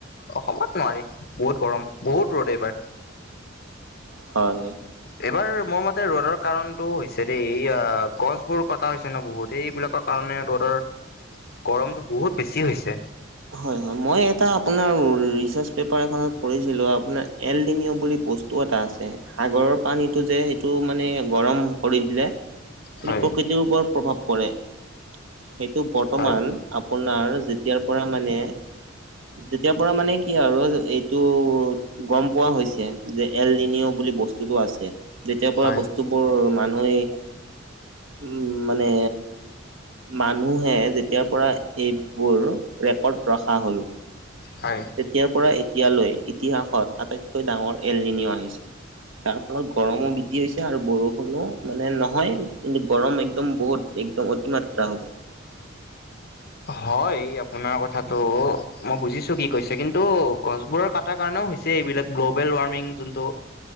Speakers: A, on the left; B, on the right.
A: অসমত নোৱাৰি বহুত গৰম বহুত ৰ'দ এইবাৰ।
B: হয়।
A: এইবাৰ মোৰ মতে ৰ'দৰ কাৰণতো হৈছে দেই এয়া গছবোৰ কটা হৈছে ন বহুতে এইবিলাকক। কাৰণে ৰ'দৰ গৰমটো বহুত বেছি হৈছে।
B: হয় হয় মই এটা আপোনাৰ ৰিচাৰ্চ পেপাৰ এখনত পঢ়িছিলোঁ আপোনাৰ এল্ডিনীয়ম বুলি। বস্তু এটা আছে সাগৰৰ পানীটো যে সেইটো মানে গৰম কৰি দিলে। সেটো
A: হয়
B: প্ৰকৃতিৰ ওপৰত প্ৰভাৱ পৰে সেইটো বৰ্তমান।
A: হয়
B: আপোনাৰ, যেতিয়াৰ পৰা মানে, যেতিয়াৰ পৰা মানে, কি আৰু এই তো গম পোৱা হৈছে। যে, <unintelligible> বুলি বস্তুটো আছে। যেতিয়াৰ পৰা
A: হয়
B: বস্তুবোৰ মানুহে উম মানে। মানুহে যেতিয়াৰ পৰা এইবোৰ ৰেকৰ্ড ৰখা হল।
A: হয়!
B: তেতিয়াৰ, পৰা এতিয়ালৈ, ইতিহাসত আটাইতকৈ ডাঙৰ এল নিনো আহিছে। তাৰ ফলত, গৰমো বৃদ্ধি হৈছে আৰু! বৰষুণো মানে, নহয়। কিন্তু, গৰম একদম বহুত, একদম অতিমাত্ৰা হ'ব। <inaudible>
A: হয়, আপোনাৰ কথাতো। মই বুজিছোঁ, কি কৈছে কিন্তু, গছবোৰৰ ক এটা কাৰণেও হৈছে, এইবিলাক। গ্ল'বেল ৱাৰ্মিং যোনটো।